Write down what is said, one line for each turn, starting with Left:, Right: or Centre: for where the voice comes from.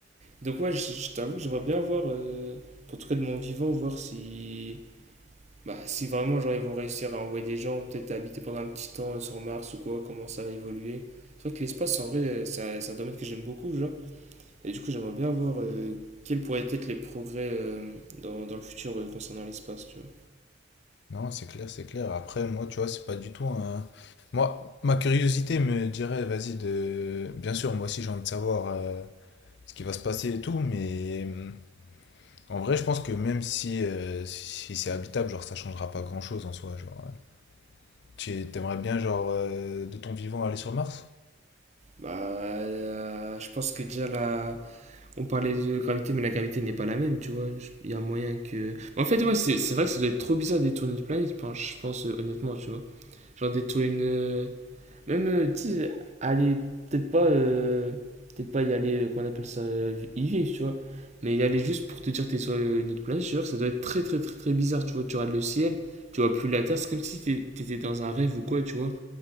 Right: Donc, ouais, je, je t'avoue que j'aimerais bien voir. euh, en tout cas, de mon vivant, voir si. Bah, si vraiment, genre, ils vont réussir à envoyer des gens, peut-être à habiter pendant un petit temps euh, sur Mars ou quoi, comment ça va évoluer. C'est vrai que l'espace, en vrai, euh, c'est un, c'est un domaine que j'aime beaucoup, genre. Et du coup, j'aimerais bien voir euh, quels pourraient être les progrès euh, dans, dans le futur euh, concernant l'espace, tu vois.
Left: Non, c'est clair, c'est clair. Après, moi, tu vois, c'est pas du tout un... Moi, ma curiosité me dirait, vas-y, de... Bien sûr, moi aussi, j'ai envie de savoir euh, ce qui va se passer et tout, mais... hum, En vrai, je pense que même si, euh, si c'est habitable, genre, ça changera pas grand-chose en soi, genre... euh. Tu aimerais bien, genre, euh, de ton vivant, aller sur Mars?
Right: Bah, euh, je pense que déjà là, on parlait de gravité, mais la gravité n'est pas la même, tu vois. Je- Il y a moyen que. En fait, ouais, c'est c'est vrai que ça doit être trop bizarre de détourner une planète, je pense, je pense, euh, honnêtement, tu vois. Genre détourner une, euh, Même, euh, tu sais, aller, peut-être pas, euh, peut-être pas y aller, euh, qu'on appelle ça, euh, y vivre, tu vois. Mais y aller juste pour te dire que t'es sur euh, une autre planète, je te jure, ça doit être très très très très bizarre, tu vois. Tu regardes le ciel, tu vois plus la Terre, c'est comme si t'é- t'étais dans un rêve ou quoi, tu vois.